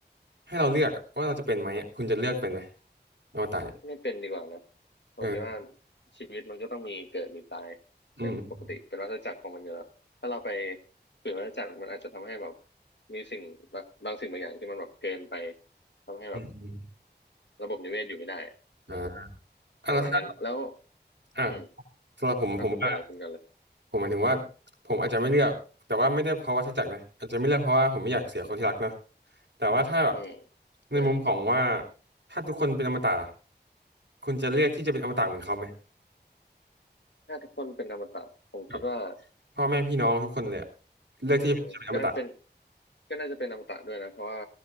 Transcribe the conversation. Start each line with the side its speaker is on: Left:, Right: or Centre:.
Right: ให้เราเลือกอะว่าเราจะเป็นไหมอะคุณจะเลือกเป็นไหมอวตารเนี่ย
Left: ไม่เป็นดีกว่านะผมคิดว่า
Right: เออ
Left: ชีวิตมันก็ต้องมีเกิดมีตาย
Right: อืม
Left: เป็นปกติเป็นวัฏจักรของมันอยู่แล้วถ้าเราไปฝืนวัฏจักรมันอาจจะทำให้แบบมีสิ่งบะบางสิ่งบางอย่างที่มันแบบเกินไปทำให้แบบ
Right: อืมอืม
Left: ระบบนิเวศอยู่ไม่ได้
Right: อ่า
Left: อืม
Right: อ่ะแล้วถ้า
Left: ประมาณนั้นแล้ว
Right: อ่ะ
Left: อืม
Right: สำหรับผมผมว่า
Left: มาคุณกันเลยคุณกันเลย
Right: ผมหมายถึงว่าผมอาจจะไม่เลือกแต่ว่าไม่ได้เพราะวัฏจักรนะอาจจะไม่เลือกเพราะว่าผมไม่อยากเสียคนที่รักเนาะแต่ว่าถ้าแบบ
Left: อืม
Right: ในมุมของว่า
Left: ใช่
Right: ถ้าทุกคนเป็นอมตะล่ะคุณจะเลือกที่จะเป็นอมตะเหมือนเขาไหม
Left: ถ้าทุกคนเป็นอมตะผมคิดว่า
Right: แบบพ่อแม่พี่น้องทุกคนเลยอะเลือกที่จะเป็นอมตะ
Left: อืมก็เป็นก็น่าจะเป็นอมตะด้วยนะเพราะว่า